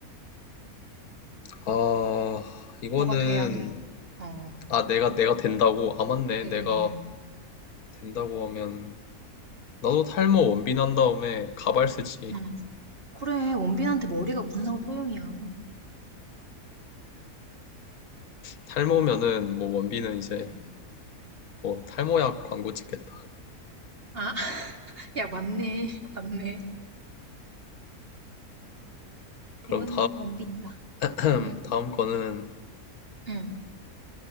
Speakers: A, on the left; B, on the right.
A: 아, 이거는
B: 너가 돼야 돼. 어.
A: 아, 내가 내가 된다고? 아, 맞네.
B: 응,
A: 내가
B: 응,
A: 된다고 하면 나도 탈모 원빈 한 다음에 가발 쓰지.
B: 응. 그래, 원빈한테 머리가 무슨 상관 소용이야. 응.
A: 탈모면은 뭐 원빈은 이제
B: 응.
A: 뭐 탈모약 광고 찍겠다.
B: 아, <laughs> 야, 맞네. <laughs> 맞네.
A: 그럼
B: 이건 원빈이다.
A: 다음
B: 응?
A: <clears throat> 다음 거는
B: 응.